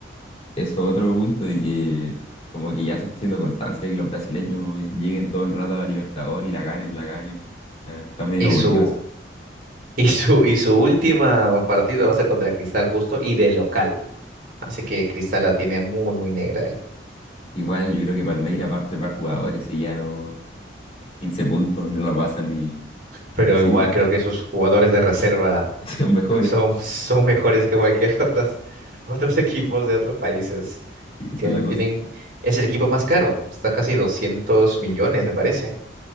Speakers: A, on the left (about 30°); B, on the right (about 45°).
A: Eso es otro punto de que como que ya se está haciendo constancia de que los brasileños eh, lleguen todo el rato a la Libertadores y la ganen, la ganen. Ah, Está medio
B: Y
A: aburrido
B: su,
A: eso.
B: <laughs> y su, y su última partido va a ser contra Cristal justo y de local. Así que Cristal la tiene muy, muy negra.
A: Igual yo creo que Palmeiras va a reservar jugadores y ya no 15 puntos, no lo pasan ni imposible.
B: pero igual creo que esos jugadores de reserva
A: <laughs> Son mejores.
B: son, <laughs> son mejores que cualquier <laughs> otras, otros equipos de otros países.
A: Sí, Esa
B: Tienen,
A: es la cosa.
B: tienen, es el equipo más caro, está casi 200 millones, me parece.